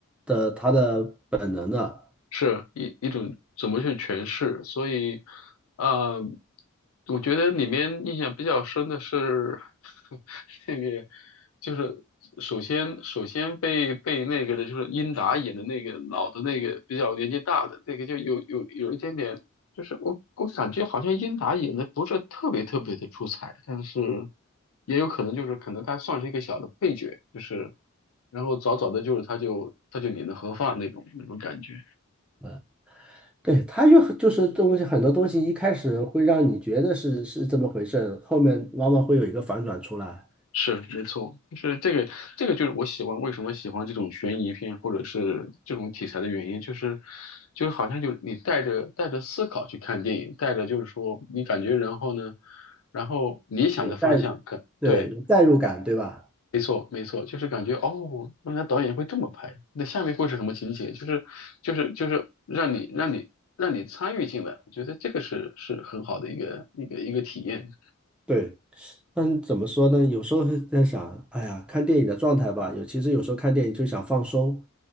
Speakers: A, in the centre; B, on the left.
A: 的他的本能的。
B: 是一一种怎么去诠释，所以，呃，我觉得里面印象比较深的是 <laughs> 那个，就是首先首先被被那个的就是英达演的那个老的那个比较年纪大的那个就有有有一点点，就是我我感觉好像英达演的不是特别特别的出彩，但是也有可能就是可能他算是一个小的配角，就是然后早早的就是他就他就领了盒饭那种那种感觉。
A: 呃对，他就就是东西很多东西一开始会让你觉得是是这么回事，后面往往会有一个反转出来。
B: 是没错，就是这个，这个就是我喜欢，为什么喜欢这种悬疑片或者是这种题材的原因，就是，就是好像就你带着带着思考去看电影，带着就是说你感觉，然后呢，然后你想的方向可对，
A: 有代，对，有代入感，对吧？
B: 没错没错，就是感觉哦，原来导演会这么拍，那下面会是什么情节？就是就是就是让你让你让你参与进来，我觉得这个是是很好的一个一个一个体验。
A: 对，但怎么说呢？有时候会在想，哎呀，看电影的状态吧，有其实有时候看电影就想放松，